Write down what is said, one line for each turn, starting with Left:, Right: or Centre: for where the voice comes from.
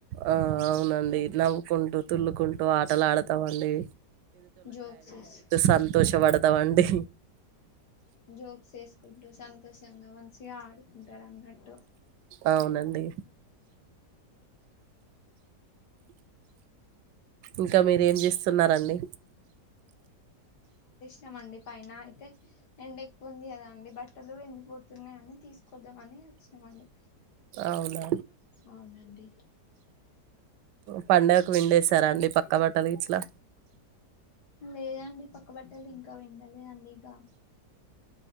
Right: ఆ అవునన్. డి నవ్వుకుంటూ. తుల్లుకుంటూ ఆటలాడత్. తావండి.
Left: జోక్స్స్,
Right: సంతోషపడతామండి
Left: జోక్స్ చేేసుకుంటు సంతోషంగా వన్. మంచిగా ఆడుకుంటార్ అన్నట్టు.
Right: అవునండి. ఇంకా మీరు ఏం చేస్తున్నారండి.
Left: నామండి పైన, అయితే ఎండ ఎక్కువ ఉంది కదా అండి, బట్టలు ఎండి పోతున్నాయని తీసుకోద్దామని వచ్చినామండి.
Right: అవునా.
Left: అవునండి
Right: పండుగకు పిండేసార అండి పక్. కబట్టాల ఇట్లా.
Left: లేదండి, పక్కబట్టలు ఇంకా పిండలేదండి ఇగ.